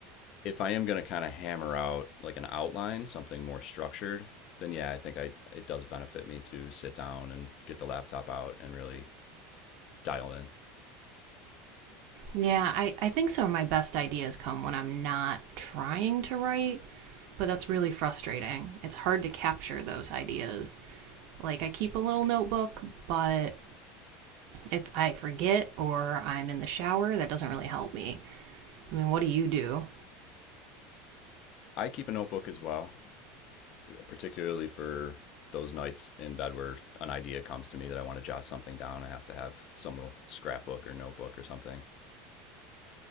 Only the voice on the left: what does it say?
if I am going to kind of hammer out like an outline, something more structured, then yeah, I think I it does benefit me to sit down and get the laptop out and really dial in.
I keep a notebook as well, particularly for those nights in bed where an idea comes to me that I want to jot something down. I have to have some little scrapbook or notebook or something.